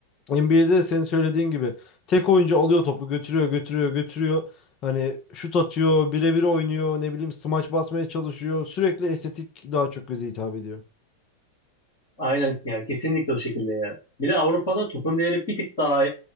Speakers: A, on the left; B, on the left.
A: NBA'de senin söylediğin gibi tek oyuncu alıyor topu götürüyor götürüyor götürüyor. Hani şut atıyor, birebir oynuyor, ne bileyim smaç basmaya çalışıyor. Sürekli estetik daha çok göze hitap ediyor.
B: Aynen yani kesinlikle o şekilde ya. Bir de Avrupa'da topun değeri bir tık daha